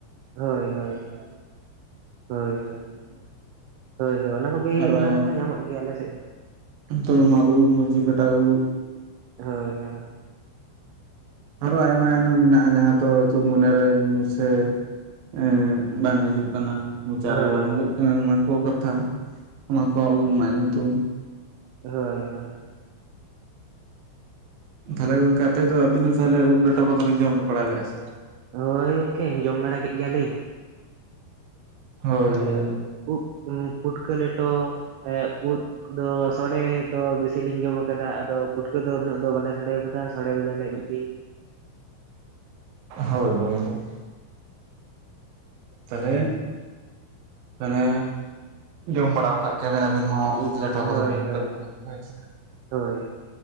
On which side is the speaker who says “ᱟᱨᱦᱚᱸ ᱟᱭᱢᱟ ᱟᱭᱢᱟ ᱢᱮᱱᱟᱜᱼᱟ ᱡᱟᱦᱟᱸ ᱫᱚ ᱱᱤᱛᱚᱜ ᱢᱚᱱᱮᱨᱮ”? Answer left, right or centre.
Right